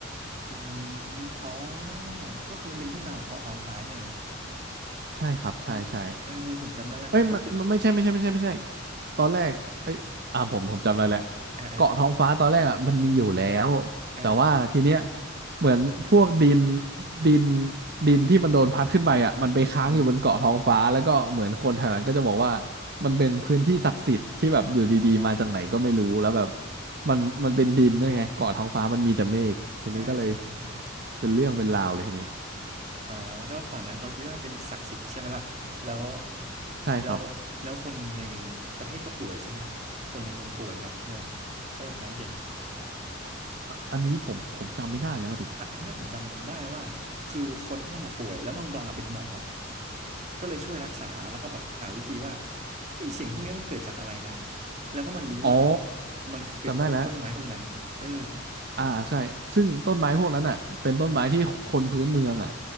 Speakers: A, on the right; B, on the right.
A: อืมอ๋อก็คือมันเป็นที่มาของเกาะท้องฟ้าใช่ไหม
B: ใช่ครับใช่ใช่
A: ป่ะเออเออผมจำได้ละก็คือ
B: เอ้ยไม่ไม่ไม่ใช่ไม่ใช่ไม่ใช่ไม่ใช่ตอนแรกเอ้ยอ่าผมผมจำได้แหละ
A: อ่าอ่า
B: เกาะท้องฟ้าตอนแรกอ่ะมันมีอยู่แล้ว
A: อ่า
B: แต่ว่าทีเนี้ยเหมือนพวกดินดินดินที่มันโดนพัดขึ้นไปอ่ะมันไปค้างอยู่บนเกาะท้องฟ้าแล้วก็เหมือนคนแถวนั้นก็จะบอกว่า
A: อ่าอือฮะ
B: มันเป็นพื้นที่ศักดิ์สิทธิ์ที่แบบอยู่ดีๆมาจากไหนก็ไม่รู้แล้วแบบ
A: อ๋อ
B: มันมันเป็นดินด้วยไงเกาะท้องฟ้ามันมีแต่เมฆทีนี้ก็เลย
A: ใช่ใช่ใช่
B: เป็นเรื่องเป็นราวเลยทีนี้
A: อ่าก็ฝั่งนั้นเขาคิดว่าเป็นศักดิ์สิทธิ์ใช่ไหมล่ะแล้ว
B: ใช่ครับ
A: แล้วแล้วคนในประเทศก็ป่วยใช่ไหมคนในเมืองป่วยกันใช่ไหมถ้าผมจำไม่ผิด
B: อะอันนี้ผมผมจำไม่ได้แล้วดิ
A: อ่ะอันเนี้ยผมจำได้ว่าคือคนที่นั่นน่ะป่วยแล้วมองบลังอ่ะเป็นหมอก็เลยช่วยรักษาแล้วก็แบบหาวิธีว่าไอ้สิ่งพวกเนี้ยมันเกิดจากอะไรนะ แล้วก็มารู้ว่า
B: อ๋อ
A: มันเป็นเพราะไอ้ต้นไม้พวกนั้น
B: จำได้แล้ว
A: เออ
B: อ่าใช่ซึ่งต้นไม้พวกนั้นอ่ะเป็นต้นไม้ที่คนพื้นเมืองอ่ะ